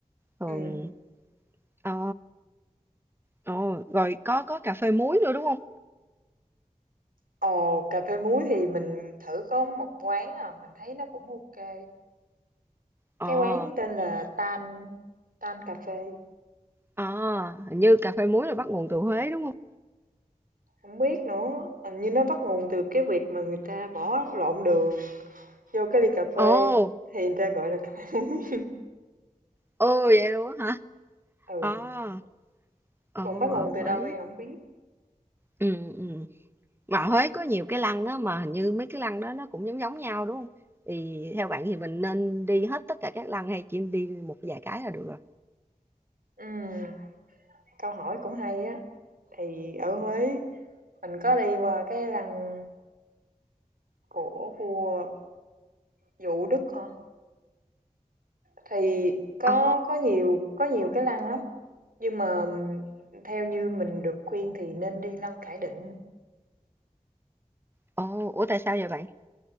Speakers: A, on the right; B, on the right.
A: Thường,
B: ừ.
A: ờ Ồ, rồi có có cà phê muối nữa đúng không?
B: Ồ, cà phê muối thì mình thử có một quán à, mình thấy nó cũng ok.
A: Ờ,
B: Cái quán tên là Tan Tan Cà phê.
A: à, hình như cà phê muối là bắt nguồn từ Huế đúng không?
B: không biết nữa, hình như nó bắt nguồn từ cái việc mà người ta bỏ lộn đường vô cái ly cà phê
A: Ồ,
B: thì người ta gọi là cà phê muối. <laughs>
A: ồ vậy luôn á hả?
B: Ừ,
A: À, ồ,
B: còn bắt
A: ở
B: nguồn từ
A: Huế.
B: đâu thì không biết.
A: Ừ, ừ. Mà ở Huế có nhiều cái lăng á mà hình như mấy cái lăng đó nó cũng giống giống nhau đúng không? Thì theo bạn thì mình nên đi hết tất cả các lăng hay chỉ đi một vài cái là được rồi?
B: Ừm, câu hỏi cũng hay á. Thì ở Huế mình có đi qua cái lăng của vua Vũ Đức hả? Thì có
A: À,
B: có nhiều có nhiều cái lăng lắm, nhưng mà ừm, theo như mình được khuyên thì nên đi lăng Khải Định,
A: ồ, ủa tại sao vậy bạn?